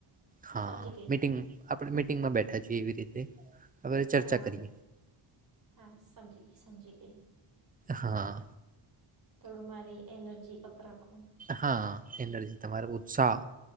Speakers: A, on the right; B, on the right.
A: હા
B: સમજી ગઈ
A: મીટિંગ આપડે મીટિંગમાં બેઠ આ જીવી રીતે હવે ચર્ચા
B: હા
A: કરીએ
B: ઓકે હા સમજી ગઈ સમજી ગઈ.
A: હા.
B: થોડું મારી એનર્જી અપ રાખુ.
A: હા એનર્જી તમારે ઉત્સાહ